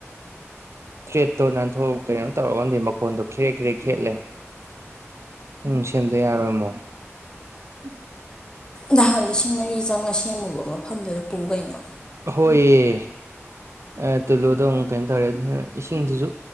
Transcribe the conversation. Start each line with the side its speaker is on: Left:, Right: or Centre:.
Right: ꯊ꯭ꯔꯦꯠꯇꯣ ꯅꯥꯟꯊꯣꯛꯑꯕ ꯀꯩꯅꯣ ꯇꯧꯔꯕ꯭ꯔ ꯈꯪꯗꯦ ꯃꯈꯣꯟꯗꯣ ꯈ꯭ꯔꯦ ꯈ꯭ꯔꯦꯛ ꯈꯦꯠꯂꯦ ꯎꯝ ꯁꯦꯝꯗ ꯌꯥꯔꯣꯏ ꯑꯃꯨꯛ <inaudible>
Left: ꯅꯍꯥꯟ ꯂꯤꯁꯤꯡ ꯃꯔꯤ ꯆꯪꯅ ꯁꯦꯝꯃꯨꯕ ꯃꯐꯝꯗꯨꯗ ꯄꯨ ꯀꯩꯅꯣ
Right: ꯍꯣꯏꯌꯦ ꯑ ꯇꯨꯂꯨꯗꯨ ꯑꯃꯨꯛ ꯀꯩꯅꯣ ꯇꯧꯔꯦ ꯑꯗꯨ ꯏꯁꯤꯡꯗꯨꯁꯨ